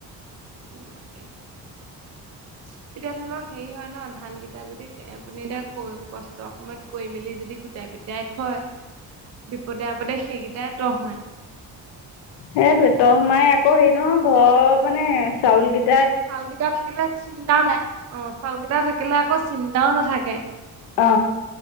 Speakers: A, on the right (about 40°); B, on the left (about 85°).
A: এতিয়া ধৰি লওক হেৰি হয় ন ধানকেইটা যদি এ আপুনি এতিয়া কষ্ট সময়ত কৰি মেলি যদি গোটাই গোটেই থয় বিপদে আপদে সেইকেইটাই তহ সোমাই
B: সেইটোৱে তহমাই আকৌ হেৰি নহয় ঘৰ মানে চাউল কেই
A: চাউলকেইটা, থাকিলে চিন্তাও নাই অ চাউল কেইটা থাকিলে আকৌ চিন্তাও নাথাকে।
B: অ